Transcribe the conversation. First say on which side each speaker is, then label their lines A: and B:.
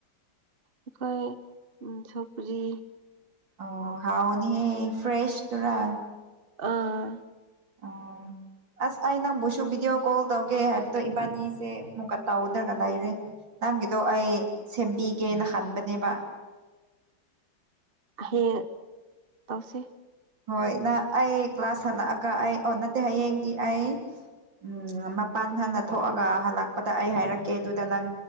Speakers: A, on the right; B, on the right.
A: ꯑꯩꯈꯣꯏ ꯁꯧꯒ꯭ꯔꯤ
B: ꯑꯣ ꯍꯥꯎꯑꯅꯤ ꯍꯦ ꯐ꯭ꯔꯦꯁ ꯇꯨꯔ
A: ꯑꯥ
B: ꯎ ꯑꯁ ꯑꯩ ꯅꯪꯕꯨꯁꯨ ꯚꯤꯗꯤꯑꯣ ꯀꯣꯜ ꯇꯧꯒꯦ ꯍꯥꯏꯕ ꯑꯗꯣ ꯏꯕꯥꯅꯤꯁꯦ ꯃꯨꯛ ꯀ ꯇ ꯇꯧꯗꯅ ꯂꯩꯔ‌ꯦ ꯅꯪꯒꯤꯗꯣ ꯑꯩ ꯁꯦꯝꯕꯤꯒꯦꯅ ꯍꯟꯕꯅꯦꯕ
A: ꯍꯌꯦꯡ ꯇꯧꯁꯤ
B: ꯍꯣꯏ ꯅꯪ ꯑꯩ ꯀ꯭ꯂꯥꯁ ꯍꯜꯂꯛꯑꯒ ꯑꯩ ꯑꯣ ꯅꯠꯇꯦ ꯍꯌꯦꯡꯗꯤ ꯑꯩ ꯎꯝ ꯃꯄꯥꯟ ꯍꯥꯟꯅ ꯊꯣꯛꯑꯒ ꯍꯜꯂꯛꯄꯗ ꯑꯩ ꯍꯥꯏꯔꯛꯀꯦ ꯑꯗꯨꯗ ꯅꯪ